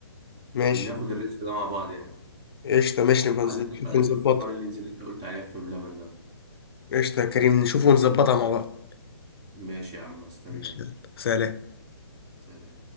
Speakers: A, on the left; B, on the right.
A: ماشي
B: ناخد الريسك ده مع بعض يعني
A: قشطة ماشي نبقى
B: بعدين
A: نشوف
B: نطلع
A: ونظبطها
B: نشوف في حوار الليز اللي أنت قلت عليها في بلبن ده
A: قشطة يا كريم نشوف ونظبطها مع بعض
B: ماشي يا عم استناه
A: ماشي يلا سلام
B: سلام